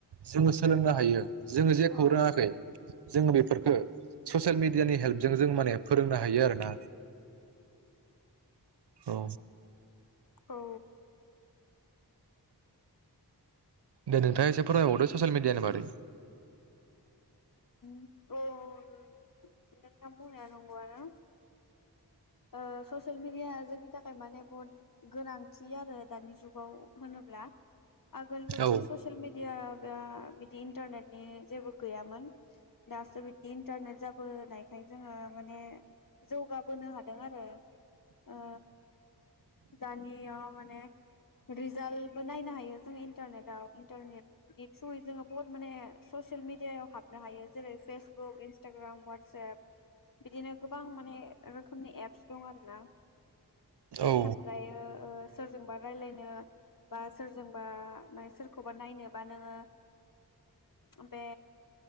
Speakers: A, on the right (about 80°); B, on the left (about 55°).
A: जोङो सोलोंनो हायो। जोङो
B: नोंथां
A: जेखौ रोङाखै जोङो बेफोरखो ससियेल मेडियानि हेल्पजों जों माने फोरोंनो हायो आरोना औ
B: औ
A: दे नोंथाङा एसे फोररायबावदो ससियेल मेडियानि बारै
B: औ नोंथां बुंनाया नंगौआनो ओ ससियेल मेडियाआ जोंनि थाखाय माने बहुत गोनांथि आरो दानि जुगाव होनोब्ला आगोल बिदि
A: औ
B: ससेल मिड दिया बा बिदि इन्टारनेटनि जेबो गैयामोन दासो बिदिन इन्टारनेट जाबोनाय ओमफ्राय जोङो माने जौगाबोनो हादों आरो ओ दानियाव माने रिजाल्टबो नायनो हायो जों इन्टारनेटआव इन्टारनेटनि थ्रुयै जोङो बहुद माने ससियेल मिडियायाव हाबनो हायो जेरै फेसबुक, इन्सटाग्राम, वाटसएप बिदिनो गोब गोबां माने रोखोमनि एप्स दं आरोना।
A: औ
B: ओमफ्रायो ओ सोरजोंबा रायलाय नो बा सोरजोंबा सोरखौबा नायनोबा नोङो ओ बे